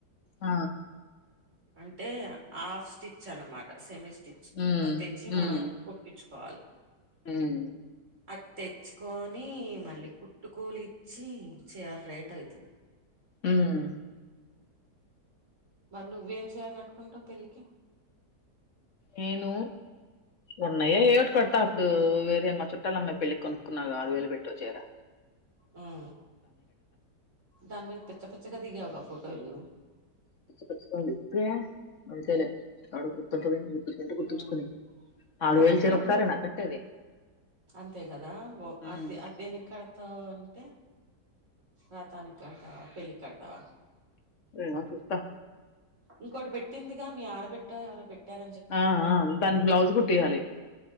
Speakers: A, on the left; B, on the right.
A: ఆ
B: అంటే హాఫ్ స్టిచ్ అనమాట సెమీ స్టిచ్
A: ఉమ్
B: మది తెచ్చి మనం
A: ఉమ్
B: కుట్టించు కోవాలి
A: ఉమ్
B: అది తెచ్చుకొని మళ్ళీ కుట్టుకూలి ఇచ్చి చేయలి రేట్ అయితుంది
A: ఉమ్
B: మరి నువ్వేం చీర కట్టుకుంటావు పెళ్ళికి
A: నేను ఉన్నాయే ఏవిటి కడతా అప్పుడు వేరే మా చుట్టాల అమ్మాయి పెళ్ళి కొనుక్కున్నా ఆరు వేలు పెట్టి ఓ చిరా
B: ఉమ్ దాని మీద పిచ్చపిచ్చగా దిగావుగా ఫోటోలు
A: పిచపిచ్చాగా నా ఎప్పుడే అంతేలే ఎవడికి గుర్తు ఉంటది గుర్తుంటే గుర్తుంచుకుని
B: ఉమ్
A: ఆరు
B: ఒకటి
A: వేలు చీర
B: నీకు
A: ఒకసారే నా కట్టేది
B: అంతే కదా
A: హ్మ్
B: అద్ అదేనికి కడతావ్ టె రదానికి కడతావా పెళ్లికి కడతావా
A: ఏమో చూస్తా
B: ఇంకోటి పెట్టిందిగా మీ ఆడబిడ్డ ఎవరొ పెట్టార
A: ఆఆ దానికి బ్లౌజ్ కుట్టియాలి